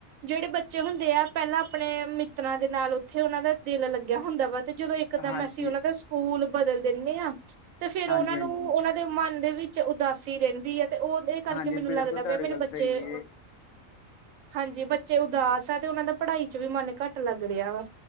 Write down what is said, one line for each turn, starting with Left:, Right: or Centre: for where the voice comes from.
Right: ਜਿਹੜੇ ਬੱਚੇ ਹੁੰਦੇ ਆ ਪਹਿਲਾਂ ਆਪਣੇ ਮਿੱਤਰਾਂ ਦੇ ਨਾਲ ਉੱਥੇ ਉਹਨਾਂ ਦਾ ਦਿਲ ਲੱਗਿਆ ਹੁੰਦਾ ਵਾ। ਤੇ ਜਦੋਂ ਇੱਕਦਮ
Left: ਹਾਂਜੀ
Right: ਅਸੀਂ ਉਹਨਾਂ ਦਾ ਸਕੂਲ ਬਦਲ ਦਿੰਨੇ ਹਾਂ ਤੇ ਫੇਿਰ
Left: ਹਾਂਜੀ
Right: ਉਹਨਾਂ ਨੂੰ ਉਹ ਦੇ ਮਨ ਦੇ ਵਿੱਚ ਉਦਾਸੀ ਰਹਿੰਦੀ ਹੈ, ਤੇ ਉਹਦੇ ਕਰਕੇ
Left: ਹਾਂਜੀ
Right: ਮੈਨੂੰ
Left: ਬਿਲਕੁਲ
Right: ਲੱਗਦਾ
Left: ਤੁਹਾਡੀ
Right: ਪਿਆ ਮੇਰੇ
Left: ਗੱਲ
Right: ਬੱਚੇ
Left: ਸਹੀ ਹੈ
Right: ਹਾਂਜੀ। ਬੱਚੇ ਉਦਾਸ ਆ ਤੇ ਉਹਨਾਂ ਦਾ ਪੜ੍ਹਾਈ ਚ ਵੀ ਮਨ ਘੱਟ ਲੱਗ ਰਿਹਾ ਵਾ